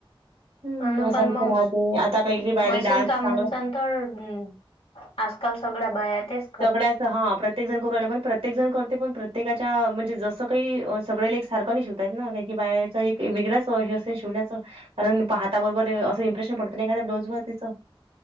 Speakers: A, on the right; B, on the left.
A: हम्म
B: म्हणून
A: असा
B: पण
A: विषय
B: मग
A: राहतय आता काही काही बायाले
B: मशीन
A: डान्स
B: काम
A: चांगला
B: म्हणसान तर आजकाल सगळ्या बाया तेचं
A: सगळ्याच हा प्रत्येक- -त्येक जण करू राह्यला. पण प्रत्येक जण करते पण प्रत्येकाच्या म्हणजे जसं काही सगळ्याले एक सारख नाही शिवता येतं ना? काई काई बाया- -च एक वेगळाच हे असतय ना शिवण्याचं. कारण पाहाता बरोबर असं इम्प्रेशन पडतं ना एखाद ब्लाउज वर तिचं.